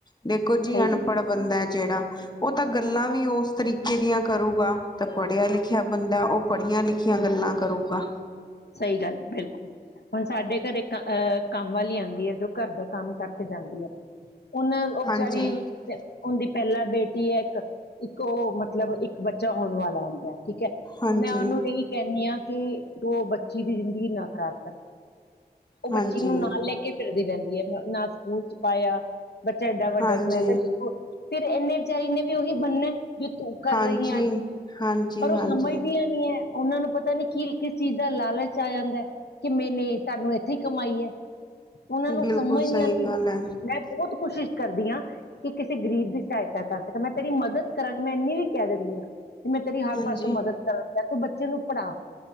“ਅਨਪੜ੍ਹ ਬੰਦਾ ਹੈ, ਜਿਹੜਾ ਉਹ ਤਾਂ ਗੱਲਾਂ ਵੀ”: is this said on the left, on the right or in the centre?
Left